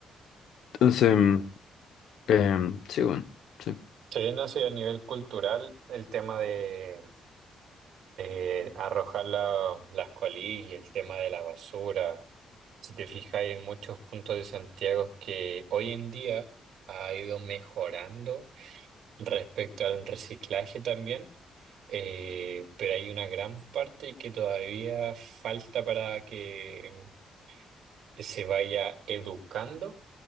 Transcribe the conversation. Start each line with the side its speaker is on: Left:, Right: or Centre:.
Left: Entonces, mm, em, sí, bueno, sí.
Right: se no sé a nivel cultural el tema de eh, arrojar la- las colillas, el tema de la basura. Si te fijas, hay muchos puntos de Santiago que hoy en día ha ido mejorando respecto al reciclaje también, eh, pero hay una gran parte que todavía falta para que eh, se vaya educando,